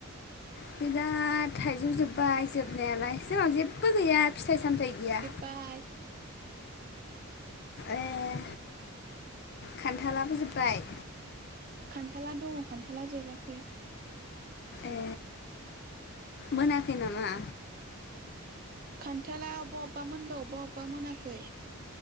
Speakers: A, on the left (about 45°); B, on the right (about 40°).
A: बिराद थाइजौजोब्बाय जोबनायालाय जोंनाव जेबो गैया फिथाइ सामथाइ गैया।
B: बाय।
A: ए खान्थालाबो जोबबाय।
B: खान्थाला दङ खान्थाला जोबाखै।
A: ए मोनाखै नामा?
B: खान्थाला अबा अबा मोनबाय अबा अबा मोनाखै।